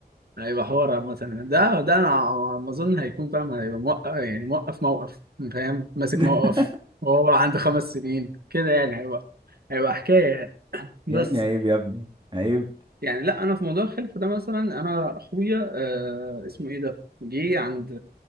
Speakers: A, on the right; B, on the right.
A: لا، هيبقى حوار مثلا ده ده انا على ما اظن هيكون فاهم هيبقى موقف يعني موقف موقف فاهم ماسك
B: <laughs>
A: موقف وهو عنده خمس سنين كده يعني هيبقى هيبقى حكايه يعني بس
B: يا ابني عيب يا ابني عيب
A: يعني لا انا في موضوع الخلف ده مثلا انا اخويا آه اسمه ايه ده جه عند